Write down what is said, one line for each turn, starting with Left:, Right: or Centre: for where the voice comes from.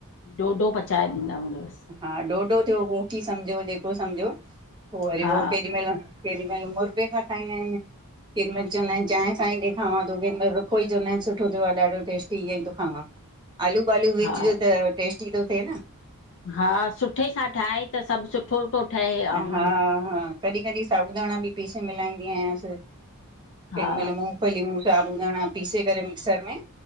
Left: ॾोढो पचाए ॾींदा हूंवस।
Right: हा ॾोडो थियो कोकी सम्झो जेको सम्झो पो वरी
Left: हा
Right: उहो केॾी मल। केॾी मल मुरबे खां ठाहींदा आहिन। केॾि मइल चवंदा आहिन, चांय सां ही ॾे खांवा थो केॾि मईल रुखो ई चवंदा आहिन सुठो थियो आ, ॾाढो टेस्टी, ईअं ई थो खावां। आलू बालू विझ
Left: हा
Right: त टेस्टी तो थिए न।
Left: हा सुठे सां ठाहे त सब सुठो तो थो। ठहे ऐं
Right: हा हा कॾहिं कॾहिं साबूदाणा बि पीसे मिलाईंदी आयांस। केॾी
Left: हा
Right: मल मूंगफलीयूं, साबुदाणा पीसे करे मिक्सर में।